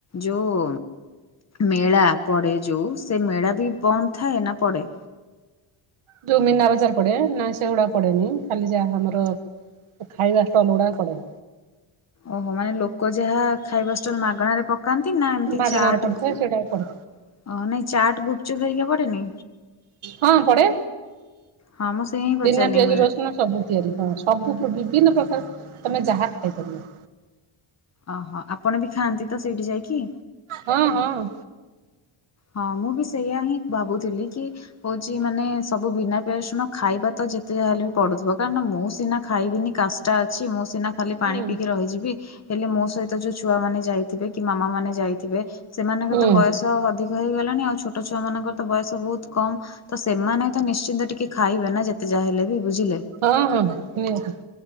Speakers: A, on the left (about 30°); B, on the right (about 80°).
A: ଯୋଉ? ମେଳା ପଡେ ଯୋଉ ସେ ମେଳା ବି ବନ୍ଦ ଥାଏ ନା ପଡେ?
B: ଯୋଉ ମୀନା ବଜାର ପଡେ ନା ସେଗୁଡା ପଡେନି ଖାଲି ଯାହା ଆମର ଖାଇବା ଷ୍ଟଲ ଗୁଡ଼ା ପଡେ।
A: ଓହୋ ମାନେ ଲୋକ ଯାହା ଖାଇବା ଷ୍ଟଲ ମାଗଣାରେ ପ ପକାନ୍ତି ନା ଏମିତି
B: ମାଗଣାରେ
A: ଚାଟ
B: ପଡିଥାଏ
A: ନାଇଁ
B: ସେଇଟା ପଡେ
A: ଚାଟ୍ ଗୁପଚୁପ୍ ହେରିକା ପଡେନି?
B: ହଁ ପଡେ
A: ହଁ ମୁଁ ସେୟା ହିଁ ପଚାରିଲି
B: ବିନା ପିଆଜ
A: ମି
B: ରସୁଣ। ସବୁ ତିଆରି ହଁ ସବୁ ବିଭିନ୍ନ ପ୍ରକାର ତମେ ଯାହା ଖାଇପାରିବ?
A: ଓହୋ ଆପଣ ବି ଖାଆନ୍ତି ତ ସେଇଠି ଯାଇକି?
B: ହଁ ହଁ।
A: ହଁ ମୁଁ ବି ସେଇଆ ହିଁ ଭାବୁଥିଲି କି? ହଉଛି ମାନେ ସବୁ ବିନା ପସୁଣ ଖାଇବା ତ ଯେତେ ଯାହା ହେଲେ ବି ପଡୁଥିବ କାରଣ ମୁଁ ସିନା ଖାଇବିନି କାଶ ଟା ଅଛି ମୁଁ ସିନା ଖାଲି
B: ହୁଁ
A: ପାଣି ପିଇକି ରହିଯିବି ହେଲେ ମୋ ସହିତ ଯୋଉ ଛୁଆ ମାନେ ଯାଇଥିବେ କି ମାମା ମାନେ ଯାଇଥିବେ। ସେମାନଙ୍କର
B: ହୁଁ
A: ତ ବୟସ ଅଧିକ ହେଇଗଲାଣି ଆଉ ଛୋଟ ଛୁଆ ମାନଙ୍କର ତ ବୟସ ବହୁତ କମ। ତ ସେମାନେ ତ ନିଶ୍ଚିନ୍ତ ଟିକେ ଖାଇବେ ନା ଯେତେ ଯାହା ହେଲେ ବି ବୁଝିଲେ?
B: ହଁ ହଁ ନିହାତି।